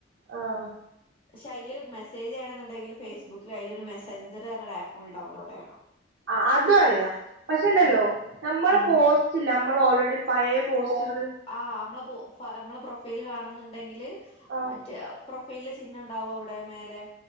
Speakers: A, on the right; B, on the left.
A: ആഹ്
B: പക്ഷെ അതില് മെസേജ് ചെയ്യണ എന്നുണ്ടെങ്കിൽ ഫേസ്ബുക്കില് അയില് ഒരു മെസഞ്ചർ പറഞ്ഞ ഒരു ആപ്പ് കൂടി ഡൗൺലോഡ് ചെയ്യണം
A: ആഹ് അതും അറിയാം പക്ഷേണ്ടല്ലോ
B: ആഹ്
A: നമ്മള്
B: ഉം
A: പോസ്റ്റ്ല്ല നമ്മള് ഓൾറെഡി പഴയ പോസ്റ്റുകൾ
B: ആഹ് നമ്മള നമ്മെ പ്രൊഫൈല് കാണുന്നുണ്ടെങ്കില്
A: ആഹ്
B: മറ്റേ പ്രൊഫൈല ചിഹ്നംണ്ടാവും അവിടെ മേലെ